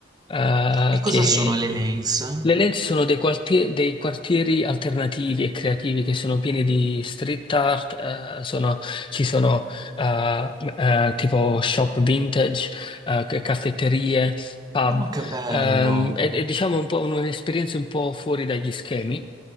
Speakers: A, on the left; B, on the right.
A: eh,
B: E cosa
A: che
B: sono le lanes?
A: Le Lenzi sono dei, quartie- dei quartieri alternativi e creativi che sono pieni di street art, eh, sono- ci sono eh, eh, tipo shop vintage, eh, ca- caffetterie, pub.
B: Oh, che bello!
A: Ehm, è, è, diciamo un po' un'esperienza un po' fuori dagli schemi,